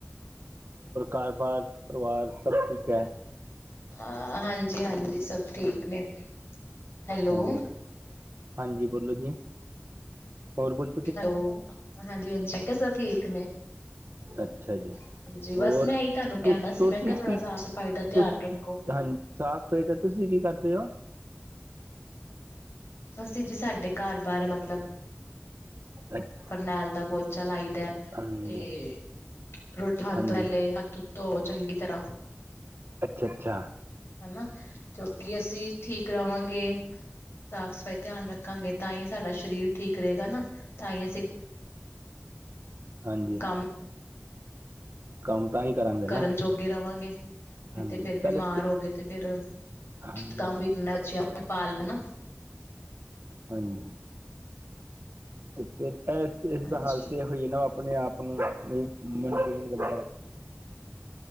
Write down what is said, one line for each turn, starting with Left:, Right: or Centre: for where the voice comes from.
Right: ਘਰ ਬਾਰ, ਪਰਿਵਾਰ ਸਭ ਠੀਕ ਐ?
Left: ਅਅਹ ਹਾਂਜੀ-ਹਾਂਜੀ ਸਭ ਠੀਕ ਨੇ। ਹੈਲੋ
Right: ਹੋਰ? ਹਾਂਜੀ ਬੋਲੋ ਜੀ, ਹੋਰ ਕੁੱਜ
Left: ਹੈਲੋ, ਹਾਂਜੀ-ਹਾਂਜੀ, ਮੈਂ ਕਿਆ ਸਭ ਠੀਕ ਨੇ।
Right: ਅੱਛਾ ਜੀ।
Left: ਹਾਂਜੀ
Right: ਹੋਰ
Left: ਬਸ ਮੈਂ ਇਹੀ ਤੁਹਾਨੂੰ ਕਹਿਣਾ
Right: ਤੁ
Left: ਸੀ
Right: ਤੂਸੀਂ
Left: ਮੈਂ ਕਿਹਾ ਥੋੜਾ
Right: ਕੀ,
Left: ਸਾਫ਼ ਸਫ਼ਾਈ ਦਾ ਧਿਆਨ
Right: ਤੁਸ
Left: ਰੱਖੋ
Right: ਹਾਂਜ ਸਾਫ਼ ਸਫਾਈ ਤੇ ਤੁਸੀਂ ਕੀ ਕਰਦੇ ਓ?
Left: ਅਸੀਂ ਜੀ, ਸਾਡੇ ਕਾਰ ਬਾਰ ਮਤਲਬ
Right: ਅੱਛ-
Left: ਫਰਨੈਲ ਦਾ ਪੋਚਾ ਲਾਈਦਾ ਏ,
Right: ਹਾਂਜੀ
Left: ਤੇ <unintelligible>
Right: ਹਾਂਜੀ
Left: ਤੱ ਤੋ ਚੰਗੀ ਤਰ੍ਹਾਂ।
Right: ਅੱਛਾ-ਅੱਛਾ।
Left: ਹਨਾ, ਕਿਉਂਕਿ ਅਸੀਂ ਠੀਕ ਕਰਾਵਾਂਗੇ, ਸਾਫ਼ ਸਫ਼ਾਈ ਧਿਆਨ ਰੱਖਾਂਗੇ, ਤਾਂ ਹੀ ਸਾਡਾ ਸ਼ਰੀਰ ਠੀਕ ਰਹੇਗਾ ਨਾ? ਤਾਂ ਹੀ ਅਸੀਂ
Right: ਹਾਂਜੀ
Left: ਕੰਮ
Right: ਕੰਮ ਤਾਂ ਹੀ ਕਰਾਂਗੇ
Left: ਕਰਨ
Right: ਨਾ
Left: ਜੋਗੇ ਰਵਾਂਗੇ। ਨੀ
Right: ਹਾਂਜੀ
Left: ਤੇ ਫਿਰ
Right: ਪਹਿਲੇ
Left: ਬਿਮਾਰ ਹੋ ਗਏ ਤੇ ਫਿਰ,
Right: ਹਾਂਜੀ
Left: ਕੰਮ ਵੀ ਇਨਾ ਅਛਾ ਆਪਾ ਪਾਲ ਲਣਾ।
Right: ਹਾਂਜੀ। ਤੇ ਫਿਰ ਏਸ, ਇਸ
Left: ਹਾਂਜੀ
Right: ਦਾ ਹਲ ਤੇ ਐਹੋ ਈ ਨਾ, ਆਪਣੇ ਆਪ ਨੂੰ ਮ ਮੰਟੇਨ ਬੰਦਾ ਰੱਖਦਾ।